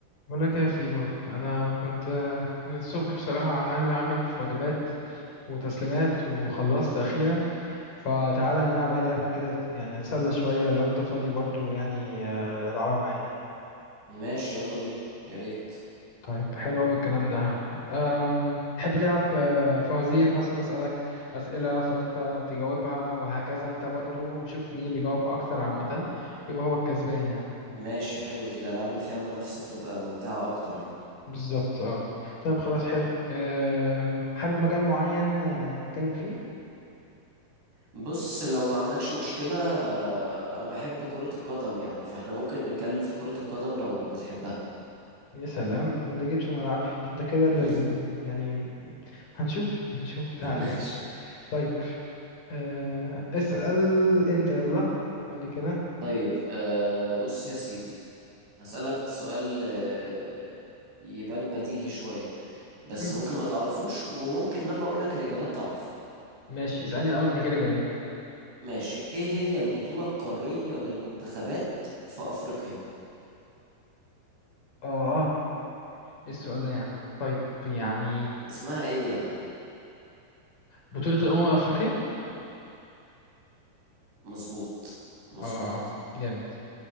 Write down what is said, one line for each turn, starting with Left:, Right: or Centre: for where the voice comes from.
Left: بقول لك يا فيلو انا كنت آه، من الصبح بصراحه عمال اعمل في وجبات وتسليمات وخلصت اخيرا فتعالى نلعب اي لعبه كده يعني اتسلى شويه لو انت فاضي برضو يعني آه، العبها معايا
Right: ماشي يلا بينا يا ريت
Left: طيب حلو قوي الكلام ده أم، تحب تلعب آه، فوازير مثلا اسالك اسئله فانت تجاوبها وهكذا انت برضو ونشوف مين اللي بيجاوب اكتر عامه ويبقى هو الكسبان يعني
Right: ماشي حلو دي الألعاب اللي فيها منافسة بتبقى ممتعة أكتر يعني
Left: بالظبط اه طيب خلاص حلو أم، حابب مجال معين آه، نتكلم فيه
Right: بص لو ما عندكش مشكلة أنا بحب كرة القدم يعني فإحنا ممكن نتكلم في كرة القدم لو بتحبها
Left: يا سلام ده انت جيت في ملعبي ده انت كده اللي
Right: <laughs>
Left: بي... يعني هنشوف هنشوف تعال
Right: ماشي
Left: طيب آه... اسأل انت يلا قول لي كده
Right: طيب آه بص يا سيدي هسألك سؤال آه، يبان بديهي شوية بس
Left: مم.
Right: ممكن ما تعرفوش وممكن لما أقولك الإجابات تعرف
Left: ماشي اسألني الأول من غير إجابات
Right: ماشي إيه هي البطولة القارية للمنتخبات في أفريقيا
Left: اه اه ايه السؤال ده يا عم طيب يعني
Right: اسمها إيه يعني
Left: بطولة الأمم الأفريقية
Right: مظبوط مظبوط
Left: اه جامد